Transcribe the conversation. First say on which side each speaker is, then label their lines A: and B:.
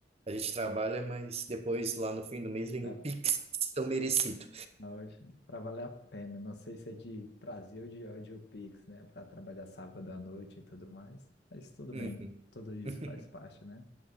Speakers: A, on the right; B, on the left.
A: A gente trabalha, mas depois lá no fim do mês vem
B: é,
A: o Pix tão merecido.
B: não, hoje, pra valer a pena, não sei se é de prazer ou de ódio Pix, né? Pra trabalhar sábado à noite e tudo mais, mas tudo bem,
A: Uhum.
B: tudo isso
A: <laughs>
B: faz parte, né?